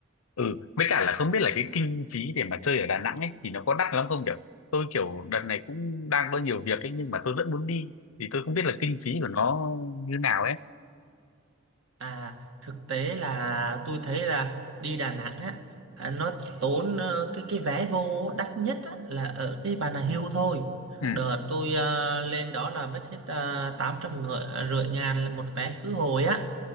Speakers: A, on the left; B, on the right.
A: ừ với cả là không biết là cái kinh phí để mà chơi ở Đà Nẵng ấy thì nó có đắt lắm không kiểu tôi kiểu đợt này cũng đang có nhiều việc ấy nhưng mà tôi vẫn muốn đi thì tôi không biết là kinh phí của nó như nào ấy
B: À, thực tế là tôi thấy là đi Đà Nẵng á à, nó chỉ tốn ờ, cái cái vé vô đắt nhất á, là ở cái Bà Nà Hills thôi.
A: ừ
B: Đợt tôi ờ, lên đó là mất hết uh, 800 ngựa, rưỡi ngàn là một vé khứ hồi á.